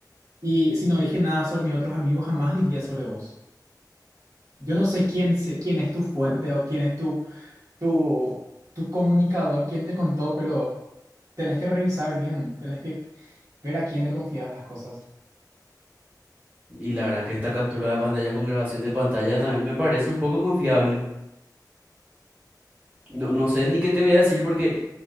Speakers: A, on the right; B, on the right.
A: Y si no dije nada sobre mis otros amigos, jamás diría sobre vos. Yo no sé quién, se- quién es tu fuente o quién es tu tu, tu comunicador, quién te contó, pero tenés que revisar bien, tenés que ver a quién le confías las cosas.
B: Y la verdad que esta captura de pantalla con grabación de pantalla también me parece un poco confiable. No, no sé ni qué te voy a decir porque